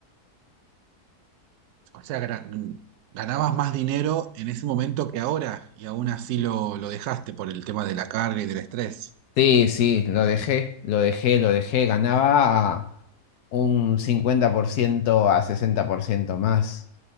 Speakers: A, on the right; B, on the left.
A: O sea, gra- ganabas más dinero en ese momento que ahora y aún así lo, lo dejaste por el tema de la carga y del estrés.
B: Sí, sí, lo dejé, lo dejé, lo dejé, ganaba un 50% a 60% más.